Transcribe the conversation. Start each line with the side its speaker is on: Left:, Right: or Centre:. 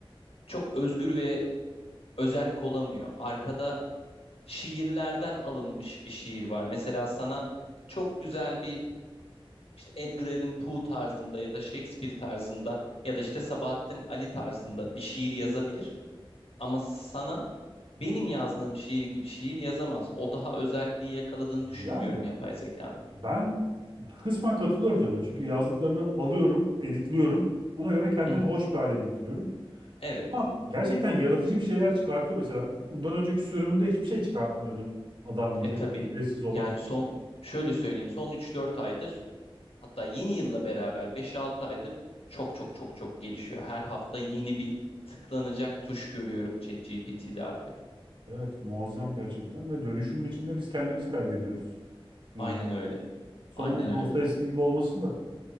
Left: çok özgür ve özerk olamıyor. Arkada şiirlerden alınmış bir şiir var. Mesela sana çok güzel bir işte Edgar Allan Poe tarzında ya da Shakespeare tarzında ya da işte Sabahattin Ali tarzında bir şiir yazabilir. Ama sana benim yazdığım şiir gibi şiir yazamaz. O daha özelliği yakaladığını düşünmüyorum
Right: Yani.
Left: yapay zekanın.
Right: Ben kısmen katılıyorum söylediğine. Çünkü yazdıklarını alıyorum, editliyorum. Ona göre kendimi
Left: Hı hı.
Right: hoş bir hale getiriyorum.
Left: Evet.
Right: Ama gerçekten yaratıcı bir şeyler çıkartıyor mesela. Bundan önceki sürümünde hiçbir şey çıkartmıyordu. Adam gibi.
Left: E tabii.
Right: Ücretsiz olan
Left: Yani
Right: sürümünde.
Left: son şöyle söyleyeyim son üç dört aydır Hatta yeni yılla beraber beş altı aydır çok çok çok çok gelişiyor. Her hafta yeni bir tıklanacak tuş görüyorum ChatGPT'de artık.
Right: Evet, muazzam gerçekten. Ve dönüşümün içinde biz kendimizi kaybediyoruz bir
Left: Aynen
Right: anda.
Left: öyle.
Right: Sonumuz
Left: Aynen
Right: Dostoyevski
Left: öyle.
Right: gibi olmasın da.